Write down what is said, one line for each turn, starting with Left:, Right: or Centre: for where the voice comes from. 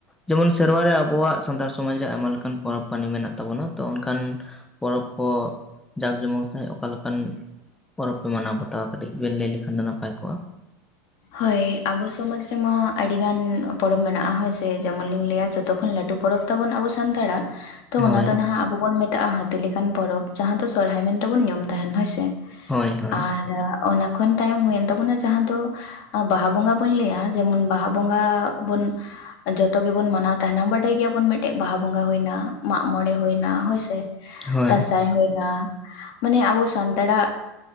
Centre: ᱡᱮᱢᱚᱱ ᱥᱮᱨᱣᱟ ᱨᱮ ᱟᱵᱚᱣᱟᱜ ᱥᱟᱱᱛᱟᱲ ᱥᱚᱢᱟᱡᱽ ᱨᱮ ᱟᱭᱢᱟ ᱞᱮᱠᱟᱱ ᱯᱚᱨᱚᱵᱽ ᱯᱟᱱᱤ ᱢᱮᱱᱟᱜ ᱛᱟᱵᱚᱱᱟ ᱛᱚ ᱚᱱᱠᱟᱱ ᱯᱚᱨᱚᱵᱽ ᱠᱚ ᱡᱟᱠ ᱡᱚᱢᱚᱠ ᱥᱟᱺᱦᱤᱡ ᱚᱠᱟ ᱞᱮᱠᱟᱱ ᱯᱚᱨᱚᱵᱽ ᱯᱮ ᱢᱟᱱᱟᱣ ᱵᱟᱛᱟᱣᱟ ᱠᱟᱹᱴᱤᱡ ᱵᱮᱱ ᱞᱟᱹᱭ ᱞᱮᱠᱷᱟᱱ ᱫᱚ ᱱᱟᱯᱟᱭ ᱠᱚᱜᱼᱟ
Left: ᱦᱳᱭ ᱟᱵᱚ ᱥᱚᱢᱟᱡᱽ ᱨᱮᱢᱟ ᱟᱹᱰᱤᱜᱟᱱ ᱯᱚᱨᱚᱵᱽ ᱢᱮᱱᱟᱜᱼᱟ ᱦᱳᱭ ᱥᱮ ᱡᱮᱢᱚᱱ ᱞᱤᱧ ᱞᱟᱹᱭᱟ ᱡᱚᱛᱚ ᱠᱷᱚᱱ ᱞᱟᱹᱴᱩ ᱯᱚᱨᱚᱵᱽ ᱛᱟᱵᱚᱱ ᱟᱵᱚ ᱥᱟᱱᱛᱟᱲᱟᱜ ᱛᱚ
Centre: ᱦᱳᱭ
Left: ᱚᱱᱟ ᱫᱚ ᱱᱟᱦᱟᱜ ᱟᱵᱚ ᱵᱚᱱ ᱢᱮᱛᱟᱜᱼᱟ ᱦᱟᱹᱛᱤ ᱞᱮᱠᱟᱱ ᱯᱚᱨᱚᱵᱽ ᱡᱟᱦᱟᱸ ᱫᱚ ᱥᱚᱨᱦᱟᱭ ᱢᱮᱱᱛᱮᱵᱚᱱ ᱧᱩᱢ ᱛᱟᱦᱮᱱ ᱦᱳᱭ ᱥᱮ
Centre: ᱦᱳᱭ
Left: ᱾
Centre: ᱦᱳᱭ
Left: ᱟᱨ ᱚᱱᱟ ᱠᱷᱚᱱ ᱛᱟᱭᱚᱢ ᱦᱩᱭᱮᱱ ᱛᱟᱵᱚᱱᱟ ᱡᱟᱦᱟᱸ ᱫᱚ ᱵᱟᱦᱟ ᱵᱚᱸᱜᱟ ᱵᱚᱱ ᱞᱟᱹᱭᱟ ᱡᱮᱢᱚᱱ ᱵᱟᱦᱟ ᱵᱚᱸᱜᱟ ᱵᱚᱱ ᱡᱚᱛᱚ ᱜᱮᱵᱚᱱ ᱢᱟᱱᱟᱣ ᱛᱟᱦᱮᱱᱟ ᱵᱟᱰᱟᱭ ᱜᱮᱭᱟᱵᱚᱱ ᱢᱤᱫᱴᱮᱡ ᱵᱟᱦᱟ ᱵᱚᱸᱜᱟ ᱦᱩᱭᱮᱱᱟ ᱢᱟᱜ ᱢᱚᱬᱮ ᱦᱩᱭᱮᱱᱟ ᱦᱳᱭ ᱥᱮ ᱾
Centre: ᱦᱳᱭ
Left: ᱫᱟᱸᱥᱟᱭ ᱦᱩᱭᱱᱟ ᱢᱟᱱᱮ ᱟᱵᱚ ᱥᱟᱱᱛᱟᱲᱟᱜ